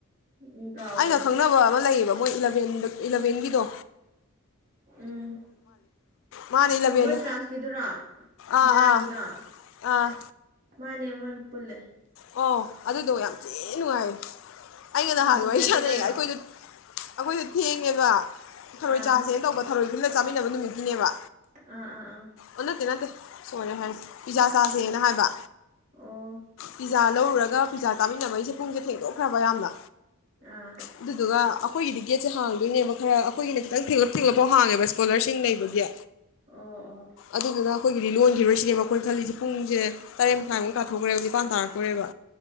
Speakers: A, on the right; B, on the left.
A: ꯎꯝ ꯀꯥꯎꯒ꯭ꯔꯦ
B: ꯑꯩꯒ
A: ꯑꯩꯁꯨ
B: ꯈꯪꯅꯕ ꯑꯃ ꯂꯩ ꯌꯦꯕ ꯃꯣꯏ ꯏꯂꯕꯦꯟꯒꯤꯗꯣ
A: ꯎꯨꯝ
B: ꯃꯥꯅꯦ ꯏꯂꯚꯦꯟꯅꯦ
A: ꯅꯣꯏ ꯀ꯭ꯂꯥꯁꯀꯤꯗꯨꯔꯣ
B: ꯑꯥ
A: ꯃꯣꯏꯔꯥꯡꯒꯤꯗꯣ
B: ꯑꯥ ꯑꯥ
A: ꯃꯥꯅꯦ ꯃꯣꯏ ꯄꯨ ꯄꯨꯜꯂꯦ
B: ꯑꯣ ꯑꯗꯨꯗꯣ ꯌꯥꯝ ꯊꯤꯟ ꯅꯨꯡꯉꯥꯏ ꯑꯩꯩꯒ ꯅꯍꯥꯟ
A: ꯃꯣꯏ
B: ꯋꯥꯔꯤ
A: ꯀꯤꯌꯔ
B: ꯁꯥꯟꯅꯩꯑꯦ
A: ꯇꯦꯀꯔꯗꯣ
B: ꯑꯩꯈꯣꯏꯗ ꯑꯩꯈꯣꯏꯗꯨ ꯊꯦꯡꯉꯦꯕ ꯊꯔꯣꯏ
A: ꯑꯥ
B: ꯆꯥꯁꯦꯅ ꯇꯧꯕ ꯊꯔꯣꯏ ꯄꯨꯟꯅ ꯆꯥꯃꯤꯟꯅꯕ ꯅꯨꯃꯤꯠꯀꯤꯅꯦꯕ
A: ꯑꯥ-ꯑꯥ-ꯑꯥ
B: ꯑꯣ ꯅꯠꯇꯦ ꯅꯠꯇꯦ ꯁꯣꯏꯔꯦ ꯍꯥꯏꯁꯤ ꯄꯤꯖꯥ ꯆꯥꯁꯦꯅ ꯍꯥꯏꯕ
A: ꯑꯣ
B: ꯄꯤꯖꯥ ꯂꯧꯔꯨꯔꯒ ꯄꯤꯖꯥ ꯆꯥꯃꯤꯟꯅꯕꯩꯁꯦ ꯄꯨꯡꯁꯦ ꯊꯦꯡꯗꯣꯛꯈ꯭ꯔꯕ ꯌꯥꯝꯅ
A: ꯑꯥ
B: ꯑꯗꯨꯗꯨꯒ ꯑꯥ ꯑꯩꯈꯣꯏꯒꯤꯗꯤ ꯒꯦꯠꯁꯦ ꯍꯥꯡꯗꯣꯏꯅꯦꯕ ꯈꯔ ꯑꯩꯈꯣꯏꯒꯤꯅ ꯈꯤꯇꯪ ꯊꯦꯛꯂꯞ ꯊꯦꯛꯂꯞ ꯍꯥꯡꯉꯦꯕ ꯁ꯭ꯀꯣꯂꯔꯁꯤꯡ ꯂꯩꯕꯒꯤ
A: ꯑꯣ ꯑꯣ
B: ꯑꯗꯨꯗꯨꯅ ꯑꯩꯈꯣꯏꯒꯤꯗꯤ ꯂꯣꯟꯒꯤꯔꯣꯏꯁꯤꯅꯦꯕ ꯑꯩꯈꯣꯏ ꯈꯜꯂꯤꯁꯦ ꯄꯨꯡꯁꯦ ꯇꯔꯦꯠ ꯃꯈꯥꯏꯃꯨꯛ ꯇꯥꯊꯣꯛꯈ꯭ꯔꯦꯕ ꯅꯤꯄꯥꯟ ꯇꯔ ꯇꯣꯔꯦꯕ